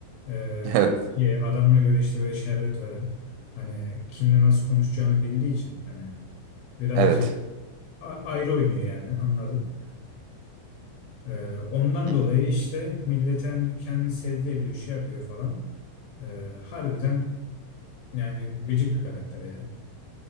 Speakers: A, on the left; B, on the right.
A: eee,
B: <laughs> Evet.
A: ki adamına göre işte böyle şerbet veren hani kimle nasıl konuşacağını bildiği için hani birazcık
B: Evet.
A: a- ayrı oynuyor yani anladın. Eee, ondan
B: Hı hı.
A: dolayı işte millete hani bir kendini sevdirebiliyor şey yapıyor falan. Eee, harbiden yani gıcık bir karakter ya.